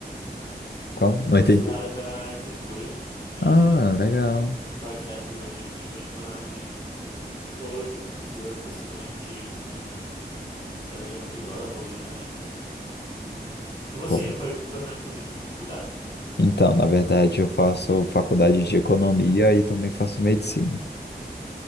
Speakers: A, on the left; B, on the left.
A: Como? Não
B: Eu
A: entendi.
B: sou da área da arquitetura, é,
A: Ah, legal.
B: sou arquiteto urbanista e agora eu tô na área de... Tô estudando especificamente é, planejamento urbano, mobilidade. Hum. E você,
A: Pô,
B: foi, foi pra fazer que faculdade?
A: então, na verdade, eu faço faculdade de economia e também faço medicina.